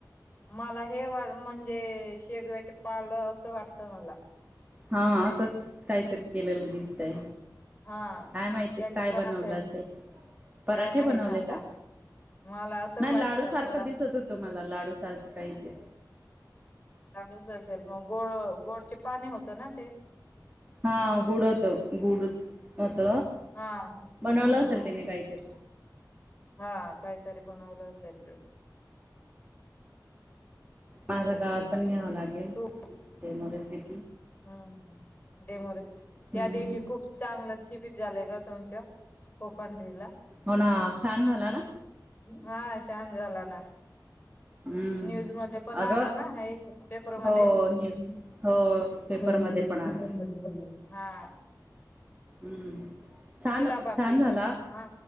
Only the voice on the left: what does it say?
मला हे वा म्हणजे शेगव्याचे पाल असं वाटत मला
हा
त्याचे
पराठे
काय माहित
आता
मला असं
वाटतं
परात
काळूच असेल मग गोळ गोडचे पाणी होतं ना ते
हा हम्म
हा काहीतरी बनवलं असेल ते
हा,
तू
हम्म डेमोरेश त्या
दिवशी खूप चांगलं श बिरजलेग तुमच कोोपन ला
हां शांत झाला ना.
न्यूज मध्ये पण आला
नां हाय पेपरमध्ये-
होय-
होय पेपर
मध्ये पण हाय हां
लाभार्थी
हा